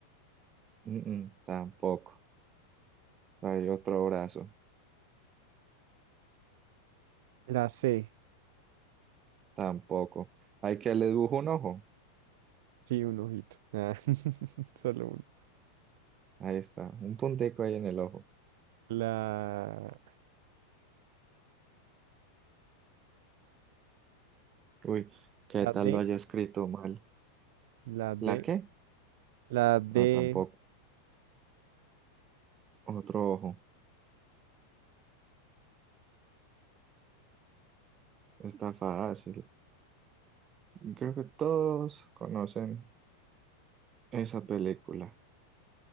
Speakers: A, on the right; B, on the right.
A: Mm, mm, tampoco. Hay otro brazo.
B: La C,
A: Tampoco. Hay que le dibujo un ojo.
B: sí, un ojito. Ah, <laughs> solo uno.
A: Ahí está, un puntico ahí en el ojo.
B: La,
A: Uy, ¿qué
B: la
A: tal
B: D,
A: lo haya escrito mal?
B: la D,
A: ¿La qué?
B: la D,
A: No, tampoco. Otro ojo. Está fácil. Creo que todos conocen esa película.